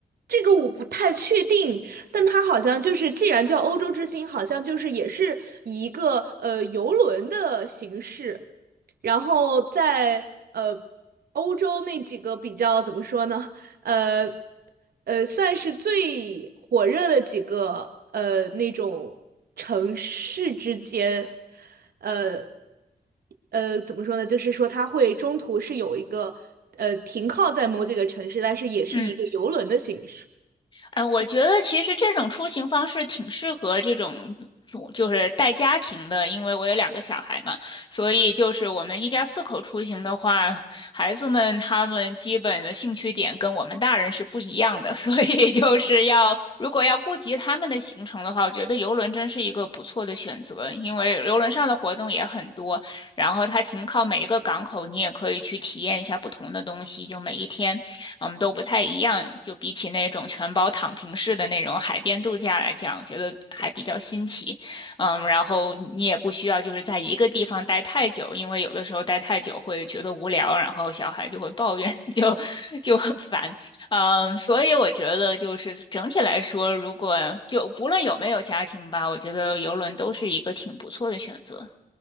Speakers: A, on the right; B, on the left.
A: 这个我不太确定，但它好像就是，既然叫欧洲之星，好像就是也是以一个呃游轮的形式，然后在呃欧洲那几个比较怎么说呢？呃呃，算是最火热的几个呃那种城市之间，呃呃，怎么说呢？就是说它会中途是有一个呃停靠在某几个城市，但是也是一个游轮的形式。
B: 嗯。嗯，我觉得其实这种出行方式挺适合这种，就就是带家庭的，因为我有两个小孩嘛，所以就是我们一家四口出行的话，孩子们他们基本的兴趣点跟我们大人是不一样的，<laughs> 所以就是要如果要顾及他们的行程的话，我觉得游轮真是一个不错的选择，因为游轮上的活动也很多，然后它停靠每一个港口，你也可以去体验一下不同的东西，就每一天。我们都不太一样。就比起那种全包躺平式的那种海边度假来讲，我觉得还比较新奇。嗯，然后你也不需要就是在一个地方待太久，因为有的时候待太久会觉得无聊，然后小孩就会抱怨，<laughs> 就就很烦。嗯，所以我觉得就是整体来说，如果就不论有没有家庭吧，我觉得游轮都是一个挺不错的选择。